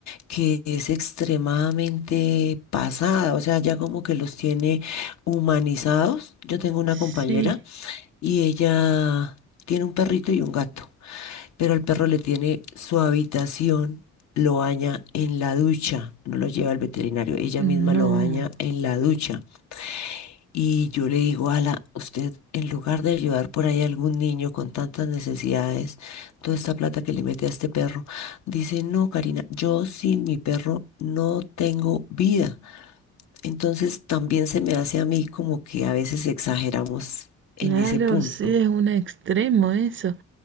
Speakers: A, on the left (about 65°); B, on the right (about 40°).
A: que es extremadamente pasada, o sea, ya como que los tiene humanizados. Yo tengo una
B: Sí,
A: compañera y ella tiene un perrito y un gato, pero el perro le tiene su habitación, lo baña en la ducha, no lo lleva al veterinario, ella
B: no,
A: misma lo baña en la ducha. Y yo le digo, Ala, usted en lugar de ayudar por ahí a algún niño con tantas necesidades, toda esta plata que le mete a este perro, dice, no, Karina, yo sin mi perro no tengo vida. Entonces también se me hace a mí como que a veces exageramos en
B: claro,
A: ese punto.
B: sí es un extremo eso.